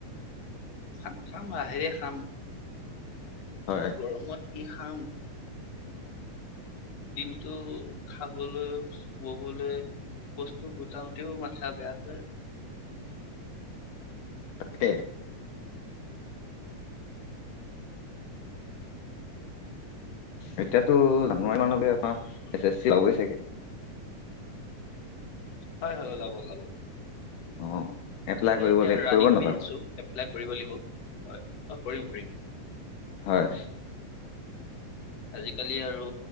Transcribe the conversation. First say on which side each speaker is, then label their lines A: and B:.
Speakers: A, on the left; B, on the left.
A: খাম-খাম লাহেৰে খাম।
B: হয়
A: গৰমত কি খাম? দিনটো খাবলৈও ববলৈ। বস্তু গোটাও তেও মাথা বেয়া হয়।
B: তাকে। এতিয়াতো জানুৱাৰী মানলৈ আমাৰ এছ এছ চি হবই চাগে।
A: হয় হয় ওলাব ওলাব।
B: অ। এপ্লাই
A: তাকে
B: কৰিব
A: এতিয়া
B: লাগ
A: ৰানিং
B: কৰিব নাপাব
A: কৰি আছো এপ্লাই কৰিব লাগিব। হয় অ কৰিম কৰিম।
B: হয়।
A: আজিকালি আৰু